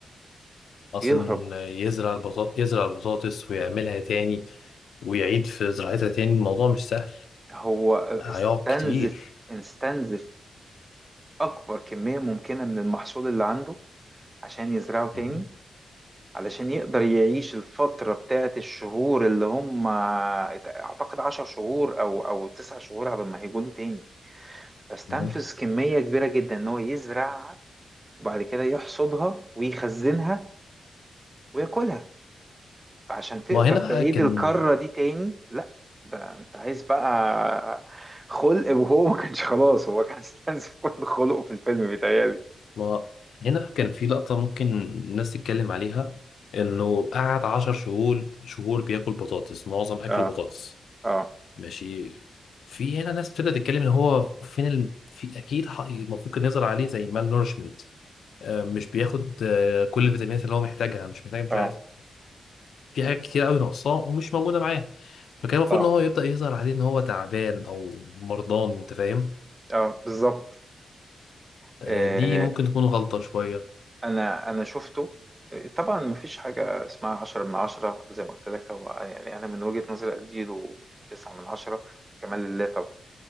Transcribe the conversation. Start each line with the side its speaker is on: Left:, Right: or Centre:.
Left: اصلا
Right: بيهرب
Left: يزرع البطاط يزرع البطاطس ويعملها تاني ويعيد في زراعتها تاني الموضوع مش سهل
Right: هو استنزف
Left: هيقعد كتير
Right: استنزف أكبر كمية ممكنة من المحصول اللي عنده عشان يزرعوا تاني
Left: مهم.
Right: علشان يقدر يعيش الفترة بتاعت الشهور اللي هم أعتقد عشر شهور أو أو تسع شهور قبل ما هيجوا له تاني فاستنفذ
Left: مهم.
Right: كمية كبيرة جدا إن هو يزرعها وبعد كده يحصدها ويخزنها وياكلها فعشان تقدر
Left: ما هنا
Right: تعيد
Left: بقى كان
Right: الكرة دي تاني لا ده أنت عايز بقى خلق وهو ما كانش خلاص هو كان استنزف كل خلقه في الفيلم بيتهيألي
Left: ما هنا بقى كان في لقطة ممكن الناس تتكلم عليها انه قعد عشر شهور شهور بياكل بطاطس معظم اكله
Right: اه
Left: بطاطس
Right: اه
Left: ماشي في هنا ناس بتبدأ تتكلم ان هو فين ال... في اكيد ح- المفروض كان يزرع عليه زي مال نورشمنت آه، مش بياخد آه، كل الفيتامينات اللي هو محتاجها مش محتاج مش
Right: اه
Left: عارف في حاجات كتير قوي ناقصاه ومش موجوده معاه فكان المفروض
Right: اه
Left: ان هو يبدا يظهر عليه ان هو تعبان او مرضان انت فاهم
Right: اه بالظبط
Left: آه،
Right: آه،
Left: دي ممكن تكون غلطه شويه
Right: انا انا شفته طبعا مفيش حاجة اسمها عشرة من عشرة زي ما قلت لك هو يعني أنا من وجهة نظري أديله تسعة من عشرة كمال لله طبعا